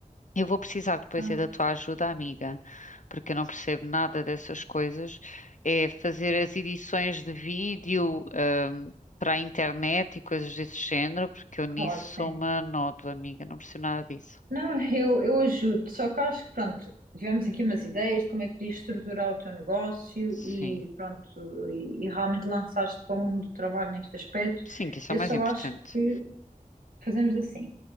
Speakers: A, on the left (about 60°); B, on the right (about 80°).
A: Eu vou precisar depois
B: Então,
A: é da tua ajuda, amiga, porque eu não percebo nada dessas coisas. É fazer as edições de vídeo, ahm, para a internet e coisas desse género, porque eu nisso
B: claro, sim.
A: sou uma nódoa, amiga, não percebo nada disso.
B: Não, eu, eu ajudo, só que acho que, pronto, tivemos aqui umas ideias de como é que podias estruturar o teu negócio
A: Sim,
B: e, pronto, e, e realmente lançaste para o mundo do trabalho neste aspecto.
A: sim, que isso
B: Eu
A: é o mais
B: só
A: importante.
B: acho que fazemos assim: